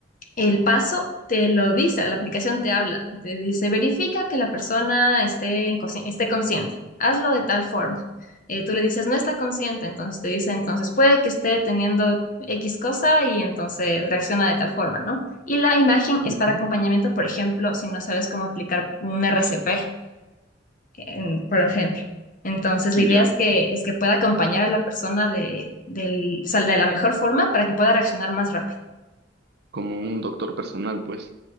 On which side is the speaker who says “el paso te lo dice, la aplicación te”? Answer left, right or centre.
Left